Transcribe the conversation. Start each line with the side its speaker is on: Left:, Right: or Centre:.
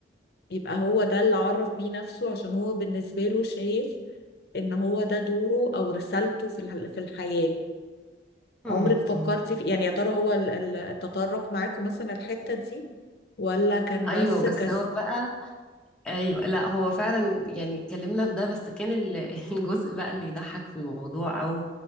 Left: يبقى هو ده اللي عرف بيه نفسه عشان هو بالنسبة له شايف ان هو ده دوره او رسالته في الح- في الحياة
Centre: مم.
Left: عمرك فكرتي
Centre: مم.
Left: في يعني يا ترى هو ال- ال- التطرق معاكم مثلا الحتة دي ولا كان
Centre: ايوه
Left: بس
Centre: بس
Left: كسل
Centre: هو بقى ايوه لا هو فعلا يعني اتكلمنا في ده بس كان ال- <laughs> الجزء بقى اللي يضحك في الموضوع او